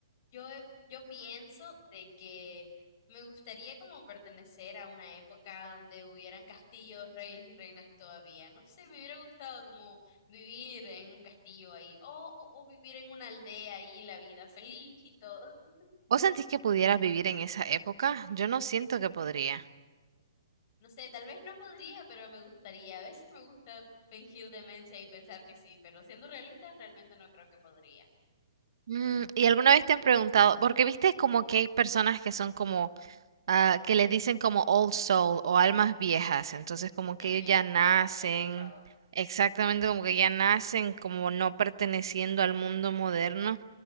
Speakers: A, on the left (about 35°); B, on the right (about 65°).
A: yo, he- yo pienso de que me gustaría como pertenecer a una época donde hubieran castillos, reyes y reinas todavía. No sé, me hubiera gustado como vivir en un castillo ahí, o, o, o vivir en una aldea ahí, la vida feliz y todo. <laughs>
B: ¿Vos sentís que pudieras vivir en esa época? Yo no siento que podría.
A: No sé, tal vez no podría, pero me gustaría. A veces me gusta fingir demencia y pensar que sí, pero siendo realistas, realmente no creo que podría.
B: Mm, ¿y alguna vez te han preguntado? Porque viste como que hay personas que son como, ah, que les dicen como old soul o almas viejas, entonces como que
A: Sí, me
B: ellos ya
A: he fijado,
B: nacen,
A: la he escuchado.
B: exactamente como que ya nacen como no perteneciendo al mundo moderno,